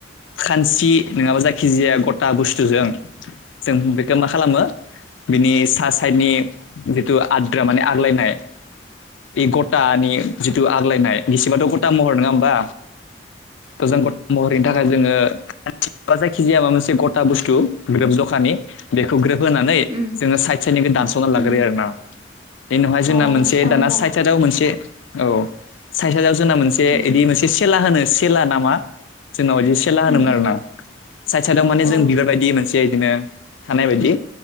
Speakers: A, on the left; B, on the right.
A: खानस्रि नङाबा जायखिजाया गथा बुस्थुजों। जों बेखौ मा खालामो बिनि सा साइडनि जिथु आद्रा माने आग्लायनाय। बे गथानि जिथु आग्लायनाय गिसेबाथ' गथा गथा महर नङा होमबा गोजान गथा महरैनि थाखाय जोङो जायखिजाया मा मोनसे गथा बुस्थु ग्रोब ज खानि बेखौ ग्रोब होनानै
B: उम
A: जोङो साइद साइदनिखौ दानस'ना
B: उम
A: लाग्रोयो आरोना। बेनि उनावहाय जोंना
B: अ
A: मोनसे
B: इदि खालामबा
A: दाना साइदाव मोनसे औ साइदाव जोंना मोनसे
B: उम
A: बिदि मोनसे सेला होनो सेला नामा? जोंनाव बिदि सेला होनोमोन
B: उम
A: आरोना साइदाव साइदाव माने
B: औ
A: जों बिबारबायदि मोनसे बिदिनो थानाय बायदि